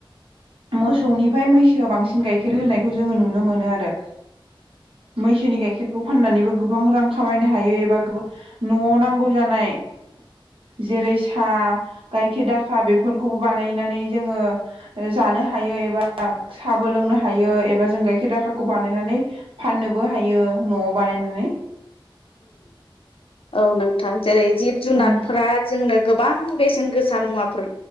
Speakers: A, on the right; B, on the left.
A: मोसौनिफ्राय मैसोआ बांसिन गाइखेर होनायखौ जोङो नुनो मोनो आरो मैसोनि गाइखेरखौ फाननानैबो गोबां रां खामायनो हायो एबा न'आव नांगौ जानाय जेरै साहा गायखेर दाखा बेफोरखौबो बानायनानै जोङो जानो हायो एबा साहाबो लोंनो हायो एबा जों गाइखेर दाखाखौ बानायनानै फाननोबो हायो न'आव बानायनानै
B: औ नोंथां जेरै जिब जुनारफोरा
A: उम
B: जोंनो गोबां बेसेन गोसा मुवाफोर